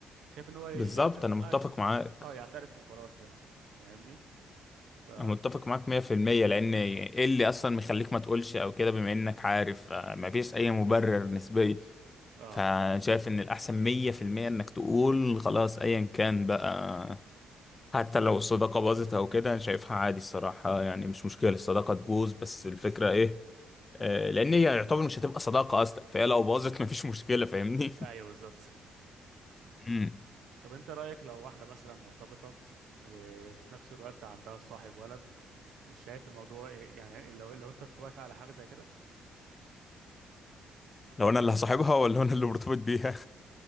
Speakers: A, on the right (about 70°); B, on the left (about 30°).
A: شايف ان هو يعت...
B: بالظبط
A: اه
B: انا متفق معاك
A: آه، يعترف وخلاص يعني فاهمني ف
B: انا متفق معاك 100% لان ايه اللي اصلا مخليك ما تقولش او كده بما انك عارف آه، مفيش اي مبرر نسبي
A: اه
B: فانا شايف ان الاحسن 100% انك تقول خلاص ايا كان بقى حتى لو الصداقة باظت او كده انا شايفها عادي الصراحة
A: بالظبط
B: يعني مش مشكلة الصداقة تبوظ بس الفكرة ايه آه،
A: مم.
B: لان هي يعتبر مش هتبقى صداقة اصلا فهي لو باظت مفيش مشكلة فاهمني
A: ايوه بالظبط <laughs>
B: <laughs> مم.
A: طب انت رأيك لو واحدة مثلا مرتبطة وفي نفس الوقت عندها صاحب ولد مش شايف الموضوع إيه؟ يعني لو لو انت توافق على حاجة زي كده
B: لو انا اللي هصاحبها ولا انا اللي مرتبط بيها